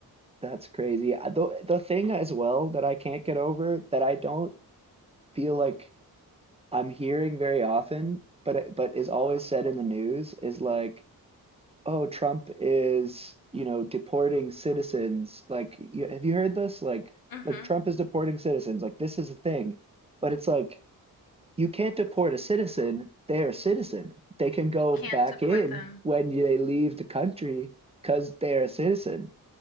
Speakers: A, on the right (about 15°); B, on the left (about 70°).
A: That's crazy. I- The the thing as well that I can't get over that I don't feel like I'm hearing very often, but it- but is always said in the news is like, oh, Trump is, you know, deporting citizens. Like, you, have you heard this? Like,
B: hmm
A: like Trump is deporting citizens. Like, this is a thing. But it's like you can't deport a citizen. They're a citizen. They can go
B: You can't
A: back
B: deport
A: in
B: them.
A: when they leave the country because they're a citizen.